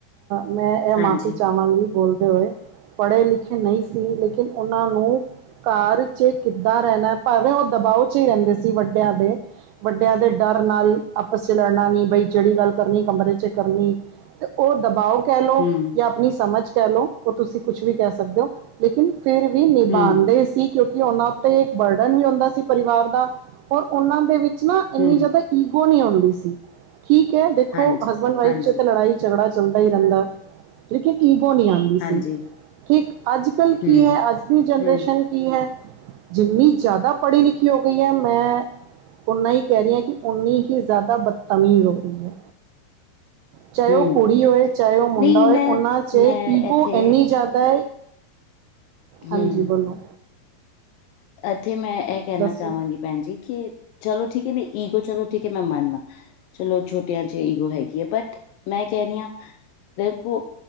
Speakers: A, on the right (about 85°); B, on the left (about 75°).
A: ਮੈਂ ਇਹ
B: ਹਾਂਜੀ
A: ਮਾਫ਼ੀ ਚਾਹਵਾਂਗੀ ਬੋਲਦੇ ਹੋਏ। ਪੜ੍ਹੇ ਲਿਖੇ ਨਹੀਂ ਸੀ ਲੇਕਿਨ ਉਹਨਾਂ ਨੂੰ ਘਰ ਚ ਕਿੱਦਾਂ ਰਹਿਣਾ ਭਾਵੇਂ ਉਹ ਦਬਾਓ ਚ ਹੀ ਰਹਿੰਦੇ ਸੀ ਵੱਡਿਆਂ ਦੇ। ਵੱਡਿਆਂ ਦੇ ਡਰ ਨਾਲ ਆਪਸ ਚ ਲੜਨਾ ਨੀ ਬਈ ਜਿਹੜੀ ਗੱਲ ਕਰਨੀ ਕਮਰੇ ਕਰਨੀ ਤੇ ਉਹ ਦਬਾਓ ਕਹਿ ਲਓ
B: ਹਮ
A: ਜਾਂ ਆਪਣੀ ਸਮਝ ਕਹਿ ਲਓ। ਉਹ ਤੁਸੀਂ ਕੁਛ ਵੀ ਕਹਿ ਸਕਦੇ ਹੋ। ਲੇਕਿਨ ਫਿਰ ਵੀ ਨਿਭਾਉਂਦੇ
B: ਹਮ
A: ਸੀ। ਕਿਉਂਕਿ ਉਹਨਾਂ ਉੱਤੇ ਬਰਡਨ ਵੀ ਹੁੰਦਾ ਸੀ। ਪਰਿਵਾਰ ਦਾ ਔਰ ਉਹਨਾਂ ਦੇ ਵਿੱਚ ਨਾ ਇੰਨੀ
B: ਹਮ
A: ਜ਼ਿਆਦਾ। ਈਗੋ ਨੀ ਹੁੰਦੀ ਸੀ ਠੀਕ ਐ, ਦੇਖੋ
B: ਹਾਂਜੀ
A: ਹਸਬੈਂਡ ਵਾਈਫ
B: ਹਾਂਜੀ
A: ਚ ਤੇ ਲੜਾਈ। ਝਗੜਾ ਚੱਲਦਾ ਈ ਰਹਿੰਦਾ ਲੇਕਿਨ ਏਗੋ ਨੀ ਆਂਦੀ।
B: ਹਾਂਜੀ
A: ਸੀ ਠੀਕ ਅੱਜ ਕੱਲ੍ਹ ਕੀ
B: ਹਮ
A: ਐ ਅੱਜ ਦੀ ਜਨਰੇਸ਼ਨ
B: ਹਮ
A: ਕੀ ਕੀ ਹੈ ਜਿੰਨੀ ਜ਼ਿਆਦਾ ਪੜ੍ਹੀ ਲਿਖੀ ਹੋ ਗਈ ਹੈ ਮੈਂ ਓਨਾ ਹੀ ਕਹਿ ਰਹੀ ਹਾਂ ਕਿ ਉਨੀ ਹੀ ਜ਼ਿਆਦਾ ਬਦਤਮੀਜ਼ ਹੋ ਰਹੀ ਐ। ਚਾਹੇ
B: ਹਮ
A: ਉਹ ਕੁੜੀ ਹੋਏ ਚਾਹੇ ਉਹ ਮੁੰਡਾ
B: ਨਹੀਂ
A: ਹੋਏ
B: ਮੈਂ
A: ਉਹਨਾਂ ਚ
B: ਮੈਂ
A: ਈਗੋ
B: ਇੱਥੇ
A: ਇੰਨੀ ਜ਼ਿਆਦਾ।
B: ਹਮ
A: ਹਾਂਜੀ ਬੋਲੋ,
B: ਇੱਥੇ ਮੈਂ ਇਹ ਕਹਿਣਾ
A: ਦੱਸੋ
B: ਚਾਹਵਾਂਗੀ। ਭੈਣ ਜੀ ਕਿ ਚਲੋ ਠੀਕ ਐ ਨਹੀਂ ਈਗੋ ਚਲੋ ਠੀਕ ਐ ਮੈਂ ਮੰਨਨਾ ਚਲੋ ਛੋਟਿਆਂ ਚ ਈਗੋ ਹੈਗੀ ਐ ਬਟ ਮੈਂ ਕਹਿ ਰਹੀ ਹਾਂ ਦੇਖੋ